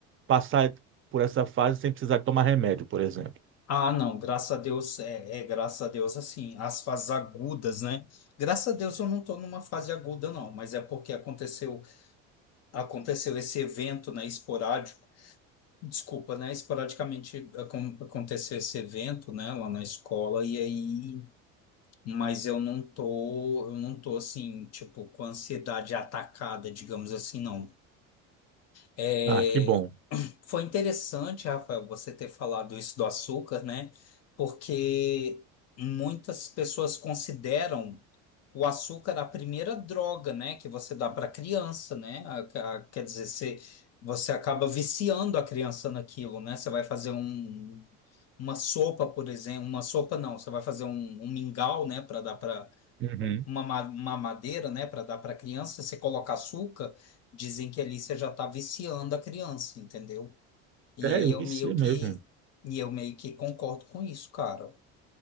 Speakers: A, on the right; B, on the left.
A: passar por essa fase sem precisar tomar remédio, por exemplo.
B: Ah, não, graças a Deus, é, é, graças a Deus, assim, as fases agudas, né? Graças a Deus eu não estou numa fase aguda, não, mas é porque aconteceu, aconteceu esse evento, né, esporádico, desculpa, né, esporadicamente acon- aconteceu esse evento, né, lá na escola, e aí, mas eu não tô, eu não tô, assim, tipo, com ansiedade atacada, digamos assim, não. É,
A: Ah, que bom.
B: Foi interessante, Rafael, você ter falado isso do açúcar, né? Porque muitas pessoas consideram o açúcar a primeira droga, né, que você dá para criança, né? A- a- quer dizer, você, você acaba viciando a criança naquilo, né? Você vai fazer um, uma sopa, por exemplo, uma sopa não, você vai fazer um, um mingau, né, para dar para
A: Uhum.
B: uma, ma- uma madeira, né, para dar para criança, você coloca açúcar, dizem que ali você já está viciando a criança, entendeu? E
A: É,
B: aí eu
A: vicia
B: meio que
A: mesmo.
B: e eu meio que concordo com isso, cara.